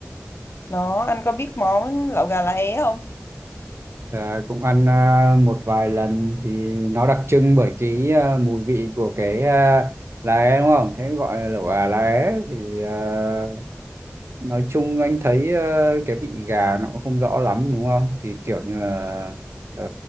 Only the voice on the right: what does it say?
à, cũng ăn à, một vài lần thì nó đặc trưng bởi cái à, mùi vị của cái à, lá é đúng không thế gọi là lẩu gà lá é thì à, nói chung anh thấy à, cái vị gà nó cũng không rõ lắm đúng không thì kiểu như là ờ,